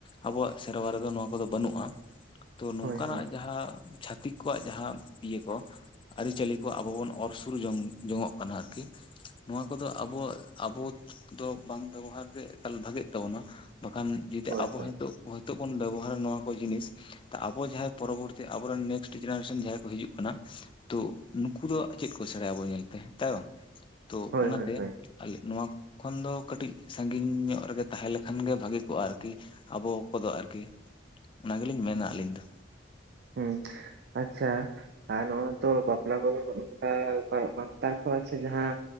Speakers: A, on the left; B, on the right.
A: ᱟᱵᱚᱣᱟᱜ ᱥᱮᱨᱣᱟ ᱨᱮ ᱫᱚ ᱱᱚᱣᱟ ᱠᱚ ᱫᱚ ᱵᱟᱹᱱᱩᱜᱼᱟ ᱛᱚ ᱱᱚᱝᱠᱟᱱᱟᱜ
B: ᱦᱳᱭ ᱦᱳᱭ
A: ᱡᱟᱦᱟᱸ ᱪᱷᱟᱛᱤᱠ ᱠᱚᱣᱟᱜ ᱡᱟᱦᱟᱸ ᱤᱭᱟᱹ ᱠᱚ ᱟᱹᱨᱤᱪᱟᱹᱞᱤ ᱠᱚ ᱟᱵᱚ ᱵᱚᱱ ᱚᱨ ᱥᱩᱨ ᱡᱚᱝ ᱡᱚᱝᱚᱜ ᱠᱟᱱᱟ ᱟᱨᱠᱤ ᱱᱚᱣᱟ ᱠᱚ ᱫᱚ ᱟᱵᱩ ᱟᱵᱩ ᱫᱚ ᱵᱟᱝ ᱵᱮᱵᱚᱦᱟᱨ ᱜᱮ ᱮᱠᱟᱞ ᱵᱷᱟᱜᱮᱜ ᱛᱟᱵᱚᱱᱟ ᱵᱟᱠᱷᱟᱱ ᱡᱩᱫᱤ
B: ᱦᱳᱭ
A: ᱟᱵᱚ
B: ᱦᱳᱭ
A: ᱦᱟᱭᱛᱳ ᱦᱳᱭᱛᱳ ᱵᱚᱱ ᱵᱮᱵᱚᱦᱟᱨᱟ ᱱᱚᱣᱟ ᱠᱚ ᱡᱤᱱᱤᱥ ᱟᱵᱚ ᱡᱟᱦᱟᱸᱭ ᱯᱚᱨᱚᱵᱚᱨᱛᱤ ᱟᱵᱚᱮᱱ ᱱᱮᱥᱴ ᱡᱮᱱᱟᱨᱮᱥᱚᱱ ᱡᱟᱦᱟᱸᱭ ᱠᱚ ᱦᱤᱡᱩᱜ ᱠᱟᱱᱟ᱾ ᱛᱩ ᱱᱩᱠᱩ ᱫᱚ ᱪᱮᱫ ᱠᱚ ᱥᱮᱬᱟᱭᱟ ᱟᱵᱚ ᱧᱮᱞᱛᱮ ᱛᱟᱭ ᱵᱟᱝ ᱛᱚ
B: ᱦᱳᱭ
A: ᱚᱱᱟᱛᱮ
B: ᱦᱳᱭ ᱦᱳᱭ
A: ᱟᱞᱤ ᱱᱚᱣᱟ ᱠᱷᱚᱱ ᱫᱚ ᱠᱟᱹᱴᱤᱡ ᱥᱟᱺᱜᱤᱧ ᱧᱚᱜ ᱨᱮ ᱜᱮ ᱛᱟᱦᱮᱸ ᱞᱮᱠᱷᱟᱱ ᱜᱮ ᱵᱷᱟᱜᱤ ᱠᱚᱜᱼᱟ ᱟᱨᱠᱤ ᱟᱵᱚ ᱠᱚ ᱫᱚ ᱟᱨᱠᱤ ᱚᱱᱟ ᱜᱮᱞᱤᱧ ᱢᱮᱱᱟ ᱟᱹᱞᱤᱧ ᱫᱚ
B: ᱦᱩᱸ ᱟᱪᱪᱷᱟ ᱟᱨ ᱱᱚᱜᱼᱚᱭ ᱛᱚ ᱵᱟᱯᱞᱟ ᱠᱚᱫᱚ ᱱᱚᱜ ᱱᱚᱝᱠᱟ ᱱᱚᱝᱠᱟ ᱛᱟᱨᱯᱚᱨ ᱡᱟᱦᱟᱸ